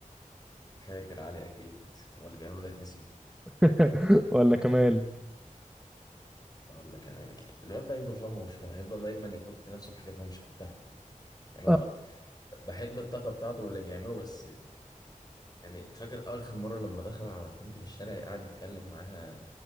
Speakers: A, on the left; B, in the centre.
A: فاكر علي اكيد هو اللي بيعمله ده يتنسي
B: <laughs> ولا كمال
A: ولا كمان الواد ده هيفضل طول عمره مشكله هيفضل دايما يحط نفسه في حاجات هو مش قدها يعني هو
B: اه
A: بحب الطاقه بتاعته واللي بيعمله بس يعني فاكر اخر مره لما دخل على البنت في الشارع قعد يتكلم معاها